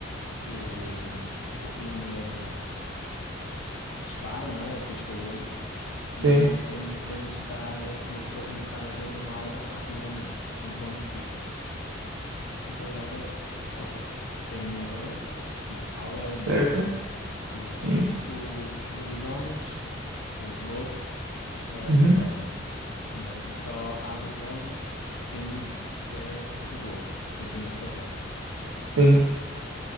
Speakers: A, on the left; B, on the right.
A: o, o criminoso dispara, não é? Pisca o olho
B: sim,
A: e tem, tem de estar, uma pessoa tem de estar atenta uma à outra ativamente. Enquanto que o jogo da aldeia é, ok, tem um narrador e a aldeia adormece.
B: certo.
A: E agora,
B: Sim.
A: os, os lobisomens, ou os lobos, ah,
B: Uhum.
A: acordam, não é? E só abre os olhos quem é o lobo, quem tem esse papel, percebes?
B: Sim.